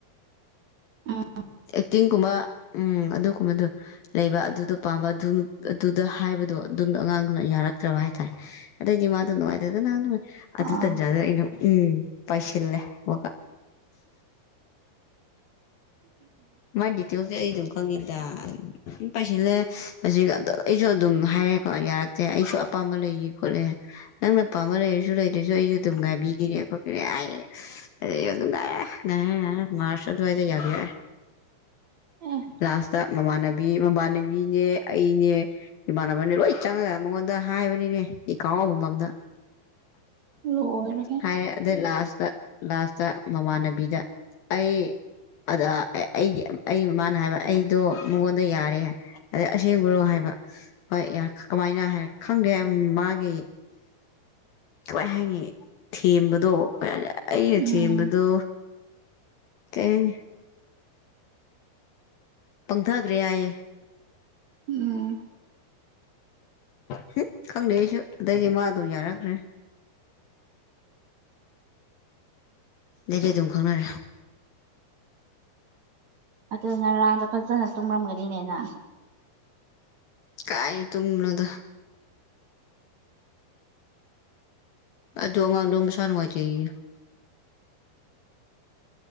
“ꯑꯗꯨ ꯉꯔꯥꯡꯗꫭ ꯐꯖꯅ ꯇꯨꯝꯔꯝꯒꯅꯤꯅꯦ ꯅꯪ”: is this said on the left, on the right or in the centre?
Right